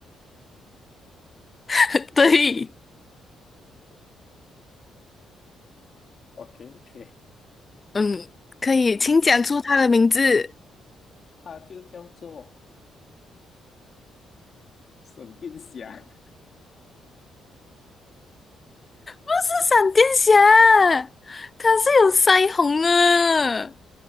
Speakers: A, on the left; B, on the left.
A: <laughs> 对，
B: ？OK OK，
A: 嗯，可以，
B: 嗯，
A: 请讲出它的名字。
B: 它就叫做闪电侠
A: 是闪电侠，它是有腮红的，